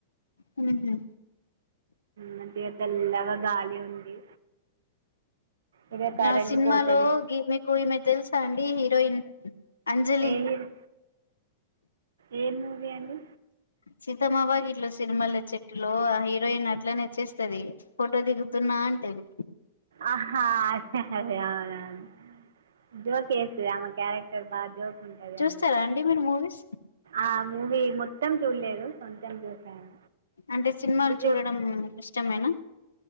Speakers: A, on the left; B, on the right.
A: ఉహు
B: మంచిగా చల్లగా గాలి ఉంది ఇక కరెంట్
A: ఆ సినిమాలో
B: పోతుంది
A: మీకు ఈమె తెలుసా అండి హీరోయిన్ అంజలి
B: ఏ హీరో ఏ మూవీ అండి
A: సీతమ్మ వాకిట్లో సిరిమల్లె చెట్టులో ఆ హీరోయిన్ అట్లనే వచ్చేస్తది ఫోటో దిగుతున్నా అంటది
B: ఆహా అదే అదే అవునవును జోక్ ఎస్తీవ ఆమె క్యారెక్టర్ బాగా జోక్ ఉంటది
A: చూస్తారా
B: అందులో
A: అండి మీరు మూవీస్
B: ఆ మూవీ మొత్తం చూడలేదు కొంచం చూసాను
A: అంటే సినిమాలు
B: ఇది
A: చూడడం ఇష్టమేనా